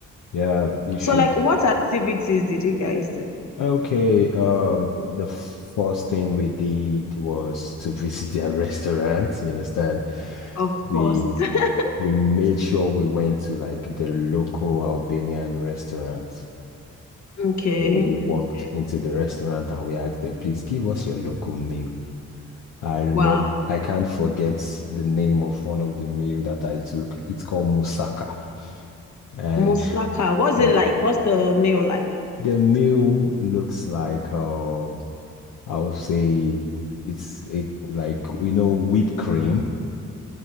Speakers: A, on the left; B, on the left.
A: Yeah, you should.
B: So, like, what activities did you guys do?
A: Okay, um, the first thing we did was to visit their <laughs> restaurant, you understand?
B: Of
A: We
B: course. <laughs>
A: we made sure we went to like the local Albanian restaurant.
B: Okay,
A: So we walked
B: okay.
A: into the restaurant and we asked them, please give us your local meal. I remember,
B: Wow.
A: I can't forget the name of one of the meal that I took. It's called moussaka. And
B: Moussaka, what's
A: yeah,
B: it like? What's the meal like?
A: the meal looks like, uh, I would say it's a, like, you know, whipped cream